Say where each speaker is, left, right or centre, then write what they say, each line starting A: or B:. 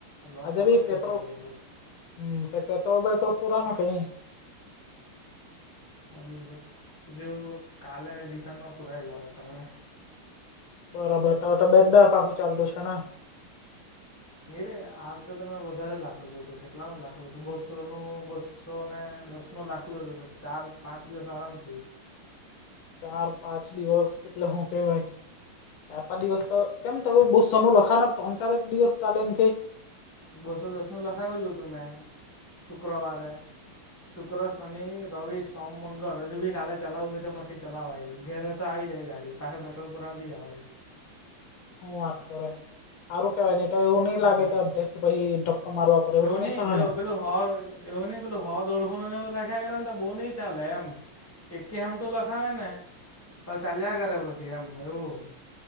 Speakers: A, on the left (about 15°); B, on the left (about 75°).
A: લોસ
B: આજે
A: આપણને
B: બી પેપર
A: જ નીકળી જાય પછી
B: હમ કે પેટ્રોલ પેટ્રોલ પુરાનો કે ની?
A: આજ ની જેમ જો કાલે રિટર્નમાં પુરાય લાવા તો મે.
B: બરાબર તારું તો બે જ દહાડા પાહું ચાલતું છે ને.
A: નીરેે આ વખતે તો મેંએ વધારે લાખેલું હતુ કેટલા નું લાખેલું હતુ બસો ને બસોને દશનું લાખે જ હતું ચાર પાંચ દિવસ આરામ થી
B: ચાર પાંચ દિવસ એટલે હું કેવાય? ચાર પાંચ દિવસ તો કેમ તારું બસો નું લખાવે ને ત્રણ ચાર દિવસ ચાલે એમ કઈ?
A: બસો દસ નું લખાવેલું હતું મેં શુક્રવારે. શુક્ર, શનિ, રવિ, સોમ, મંગળ હજુ ભી કાલે ચલાવું હોય તો માર થી ચલાવાય ધેરે તો આવી જાય ગાડી પાહૈ પેટ્રોલ પૂરવા બી જવાય.
B: હું વાત કરે. હારું કેહવાય ની તો એવું
A: હમ
B: ની લાગે કે અડઘે થી પછી ધક્કો મારવા પડે એવું તો
A: નહી
B: નઈ થઈ
A: જો
B: ને?
A: પેલું હો એવું ની પેલું હો દોળહોનું લખ્યા કરે ને તો બો ની ચાલે એમ. એકી હામતુ લખાવે ને તો ચાલ્યા કરે પછી એમ એવું.